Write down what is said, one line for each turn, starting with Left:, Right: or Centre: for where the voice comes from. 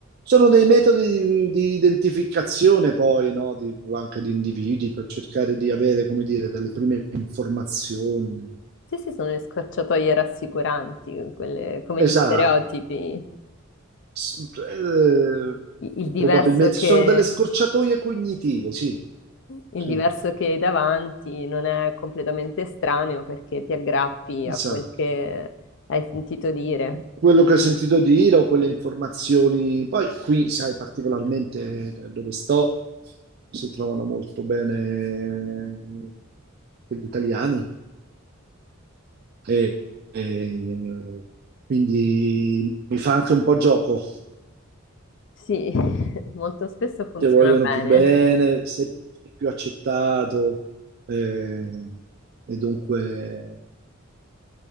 Right: Sono dei metodi di, di identificazione poi, no? Di- anche di individui per cercare di avere, come dire, delle prime informazioni.
Left: Sì, sì, sono le scorciatoie rassicuranti, quelle, come
Right: Esatto.
Left: gli stereotipi.
Right: S- eh,
Left: I- Il diverso
Right: probabilmente
Left: che,
Right: sono delle scorciatoie cognitive, sì,
Left: il
Right: sì,
Left: diverso che hai davanti non è completamente estraneo perché ti aggrappi
Right: esatto.
Left: a quel che hai sentito dire.
Right: quello che ho sentito dire o quelle informazioni. Poi qui, sai, particolarmente dove sto, si trovano molto bene gli italiani e, e quindi mi fa anche un po' gioco.
Left: Sì, <laughs> molto spesso funziona
Right: Ti vogliono
Left: bene.
Right: più bene, sei più, sei più accettato eh, e dunque